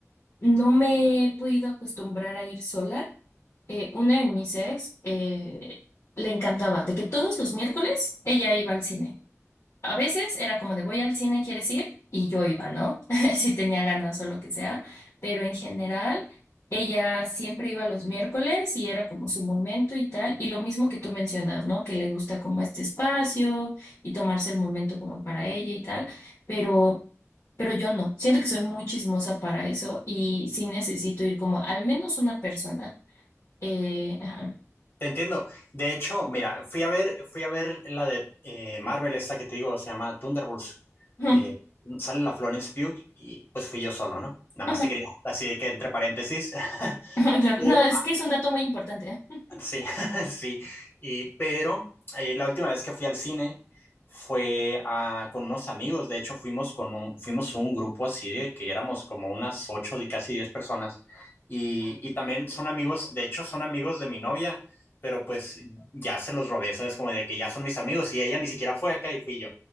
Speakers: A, on the left; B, on the left.
A: no me he podido acostumbrar a ir sola. Eh, una de mis ex eh, le encantaba, de que todos los miércoles ella iba al cine. A veces era como de voy al cine, ¿quieres ir? Y yo iba, ¿no? <laughs> Si tenía ganas o lo que sea, pero en general ella siempre iba los miércoles y era como su momento y tal, y lo mismo que tú mencionas, ¿no? Que le gusta como este espacio y tomarse el momento como para ella y tal, pero pero yo no, siento que soy muy chismosa para eso y sí necesito ir como al menos una persona. Eh, ajá.
B: Te entiendo. De hecho, mira, fui a ver, fui a ver la de eh, Marvel, esta que te digo, se llama Thunderbolts.
A: <laughs> Ujú,
B: Eh, sale la Florence Pugh y pues fui yo solo, ¿no? Nada
A: ujú,
B: más te quería, así que entre paréntesis. <laughs>
A: ujú, claro.
B: Pero
A: No, es que es un dato muy importante. ¿eh?
B: Sí, <laughs> sí. Y, pero eh, la última vez que fui al cine fue a- con unos amigos. De hecho, fuimos con un, fuimos un grupo así de que éramos como unas ocho y casi diez personas. Y, y también son amigos, de hecho, son amigos de mi novia, pero pues ya se los robé, ¿sabes? Como de que ya son mis amigos y ella ni siquiera fue acá y fui yo.